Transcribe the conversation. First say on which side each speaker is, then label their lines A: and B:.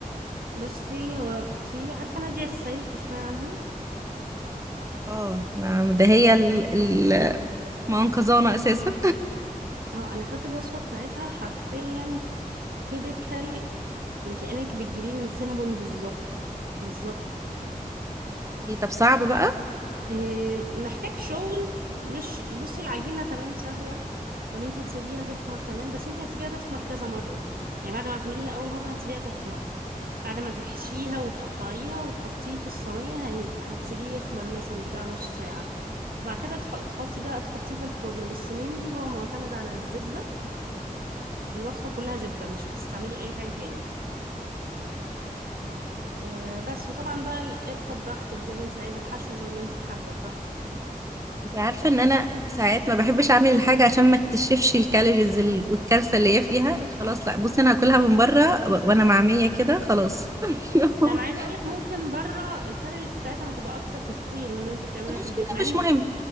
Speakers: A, on the right (about 80°); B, on the right (about 20°).
A: بصي هو في عارفه نادية السيد تسمعي عنها
B: اه ما- ده هي ال- ال- المنقذانة أساسا
A: اه انا خدت الوصفه بتاعتها حرفيا تيبيكال يعني كأنك بتجيبيه من سينابون بالظبط بالظبط
B: إيه، طب صعب بقى
A: إيه، محتاج شغل مش بصي العجينة تمام سهلة وان انت تسيبيها تخمر تمام بس انت هتسيبيها تخمر كذا مرة يعني بعد ما تعمليها اول مرة هتسيبيها تخمر بعد ما تحشيها وتقطعيها وتحطيه في الصينية هي- هتسيبيه يخمر مثلا بتاع نص ساعة وبعد كده تح- تحطي بقى تحطيه في الفرن بس مينلي هو معتمد على الزبدة الوصفة كلها زبدة مش بتستعملي اي حاجة تاني آه بس وطبعا بقى القرفة براحتك زي ما انت عايزة الحشوة زي ما انت حابة براحتك
B: انت عارفة ان انا ساعات ما بحبش اعمل الحاجة عشان ما اكتشفش الكالوريز ال- والكارثة اللي هي فيها خلاص لا بصي انا هاكلها من بره و- وانا مع مية كده خلاص <laughs>
A: ده انا عايزة اقولك ممكن بره الكالوريز بتاعتها هتبقى اكتر بكتير من اللي انت بتعمليها
B: بس المشكلة
A: في البيت مع
B: مش
A: ان
B: مهم